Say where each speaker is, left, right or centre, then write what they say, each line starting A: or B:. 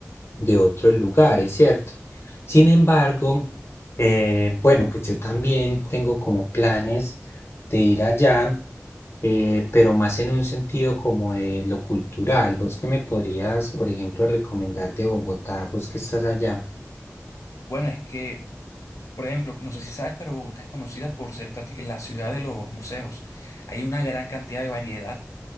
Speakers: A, on the left (about 50°); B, on the left (about 80°).
A: de otros lugares, ¿cierto? Sin embargo, eh, bueno, pues yo también tengo como planes de ir allá, eh, pero más en un sentido como de lo cultural. ¿Vos qué me podrías, por ejemplo, recomendar de Bogotá? ¿Vos que estás allá?
B: Bueno, es que Por ejemplo, no sé si sabes, pero Bogotá es conocida por ser prácti- la ciudad de los museos. Hay una gran cantidad de variedad